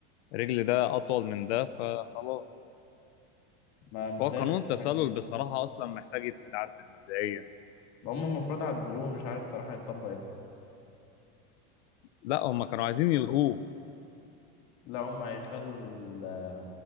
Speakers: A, on the left; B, on the left.
A: رجل ده أطول من ده فخلاص
B: ما متضايق
A: هو قانون
B: الصراحة
A: التسلل
B: الجون ده
A: بصراحة
B: أنا.
A: أصلا محتاج يتعدل مبدئيا
B: هم المفروض عدلوه مش عارف الصراحة هيطبق امتى
A: لا هما كانوا عايزين يلغوه
B: لا هم هيخلوا ال...